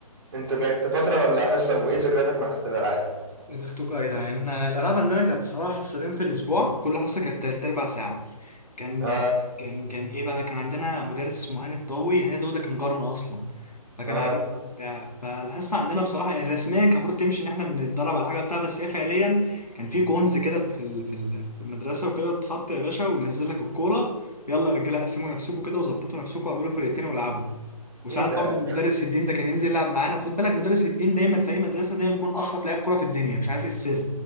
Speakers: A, on the right; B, on the left.
A: انت كانت فتره ولا حصه وايه ذكرياتك مع حصه الالعاب
B: دماغتكم يا جدعان احنا الالعاب عندنا كانت بصراحه حصتين في الاسبوع كل حصه كانت تلت اربع ساعه مم. كان
A: اه
B: كان كان ايه بقى كان عندنا مدرس اسمه هاني الضوي هاني الضوي ده كان جارنا اصلا فكان
A: اه
B: عارفني وبتاع فالحصه عندنا بصراحه يعني رسميا كان المفروض تمشي ان احنا بنتدرب على حاجه بتاع بس هي فعليا كان في كونز كده في ال- في ال- في المدرسه وكده اتحط يا باشا وينزل لك الكوره يلا يا رجاله قسموا نفسكم كده وظبطوا نفسكم واعملوا فرقتين والعبوا وساعات
A: ايه ده
B: برضو مدرس الدين ده كان ينزل يلعب معانا خد بالك مدرس الدين دايما في اي مدرسه دايما بيكون احرف لعيب كوره في الدنيا مش عارف ايه السر